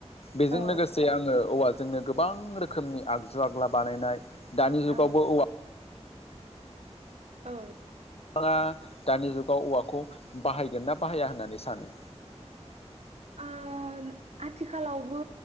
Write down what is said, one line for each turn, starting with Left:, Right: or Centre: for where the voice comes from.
Left: बेजों
Right: औ
Left: लोगोसे आङो औवाजोंनो गोबां रोखोमनि आगजु आग्ला बानायनाय दानि
Right: औ
Left: जुगावबो औवा
Right: औ।
Left: बिथाङा दानि जुगाव औवाखौ बाहायगोन ना बाहाया होननानै सानो।
Right: ओ आथिखालावबो